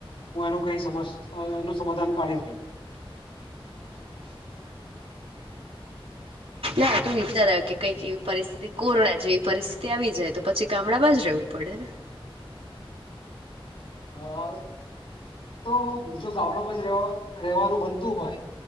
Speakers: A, on the left (about 65°); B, on the right (about 80°).
A: હું એનું કઈ સમસ અહ એનું સમાધાન કાઢી જ લઉં.
B: હા તો વિચાર્યો કે કઈક એવી પરિસ્થિતિ કોરોના જે પરિસ્થિતિ આવી જાય તો પછી ગામડામાં જ રહેવું પડે ને.
A: અહ તો જો ગામડામાં જ રેવા-રેવાનું બનતું હોય